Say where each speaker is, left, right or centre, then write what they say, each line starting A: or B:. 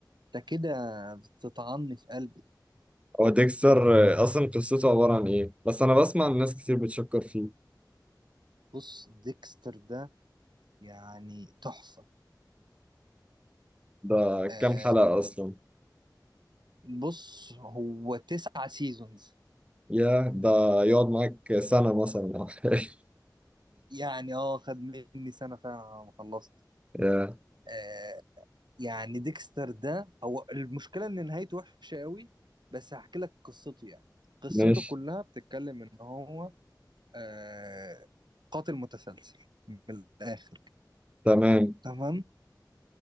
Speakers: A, on the right; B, on the right.
A: ده كده بتطعني في قلبي
B: هو ديكستر آه، اصلا قصته عبارة عن ايه بس انا بسمع ان ناس كتير بتشكر فيه
A: بص ديكستر ده يعني تحفة
B: ده
A: آه
B: كام حلقة اصلا
A: بص هو تسعة سيزونز
B: يا ده يقعد معاك سنة مثلا او حاجة <laughs>
A: يعني اه خد مني سنة فعلا على ما خلصت
B: يا
A: آه يعني ديكستر ده هو المشكلة ان نهايته وحشة قوي بس هحكي لك قصته يعني قصته
B: ماشي
A: كلها بتتكلم ان هو آه قاتل متسلسل من الآخر كده
B: تمام
A: تمام